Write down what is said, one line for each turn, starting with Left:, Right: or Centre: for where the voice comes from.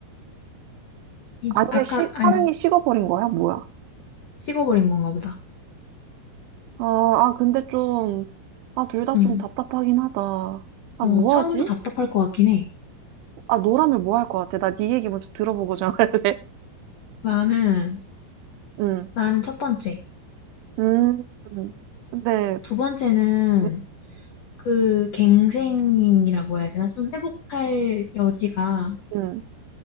Left: 이,
Right: 아니면
Left: 아까,
Right: 시,
Left: 아니,
Right: 사랑이 식어버린 거야? 뭐야?
Left: 식어버린 건가 보다.
Right: 아, 아, 근데 좀, 아, 둘 다
Left: 음,
Right: 좀 답답하긴 하다. 아,
Left: 어,
Right: 뭐
Left: 처음도
Right: 하지?
Left: 답답할 것 같긴 해.
Right: 아, 너라면 뭐 할 것 같아? 나 네 얘기 먼저 들어보고 정할래.
Left: 나는,
Right: <laughs> 응,
Left: 나는 첫 번째.
Right: 음, 음. 근데,
Left: 두 번째는
Right: 응,
Left: 그 갱생이라고 해야 되나? 좀 회복할 여지가
Right: 응,